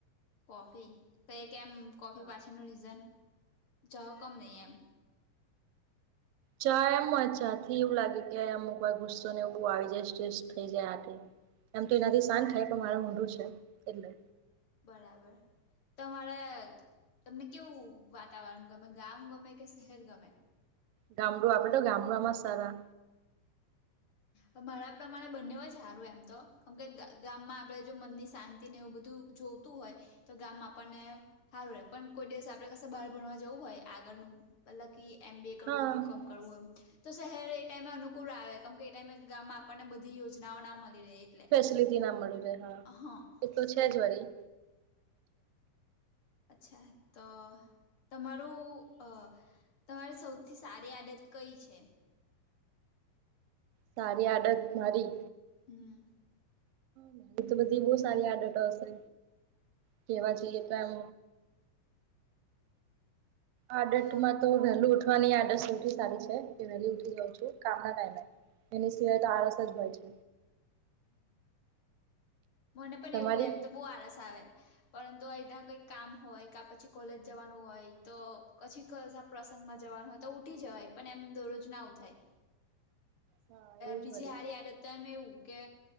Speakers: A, on the left (about 35°); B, on the right (about 80°).
A: કોફી તો એ કેમ કોફી
B: હા
A: પાછળનું રીઝન ચા હું કામ નહી એમ
B: ચા એમ ચાથી એવું લાગે કે અમુક વાર ગુસ્સો ને એવું આવી જાય સ્ટ્રેસ થઈ જાય આ એમ તો એનાથી શાંત થાય પણ મારું મોઢું છે એટલે
A: બરાબર તમારે તમને કેવું વાતાવરણ ગમે ગામ ગમે કે શહેર ગમે
B: ગામડું આપડે તો ગામડામાં સારા
A: હ મારા પ્રમાણે બંને જ સારું એમ તો કેમકે ગામમાં આપડે જો મનની શાંતિ તી ને એવું બધું જોતું હોય તો ગામ માં આપણને સારું રહે પણ કોઈ દિવસ આપણે પાસે બહાર ભણવા જવું હોય આગળનું પલક એમ બી એ કરવું
B: હા
A: હોય બી કોમ કરવું હોય તો શહેર એ ટાઈમ અનુકૂળ આવે કેમ કે એ ટાઈમે ગામ આપણને બધી યોજનાઓ ના મલી રે એટલે
B: <unintelligible>
A: હા
B: એ તો છે
A: એવું
B: જ વારી
A: અચ્છા તો તમારું અ તમારી સૌથી સારી આદત કઈ છે
B: સારી આદત મારી
A: હમ
B: મારી તો બધી બહ સારી આદતો હશે કેવા જોઈએ તો આમ આડત
A: અ
B: માં તો વહેલું ઉઠવાની આડત સૌથી સારી છે વહેલી ઉઠી જઉં છું કામ ના ટાઈમે એના સિવાય તો આળસ જ હોય છે
A: મને પણ
B: તમારી
A: એવું હો એમ તો બહુ આળસ આવે પરંતુ અહીના કંઈક કામ હોય કા પછી કોલેજ જવાનું હોય તો પછી <unintelligible> પ્રસંગમાં જવાનું હોય તો ઉઠી જવાય પણ એમ દરરોજ ના ઉઠાય
B: હા એવું
A: બીજી
B: જ વરી
A: હારી આદત તો એમ એવું કે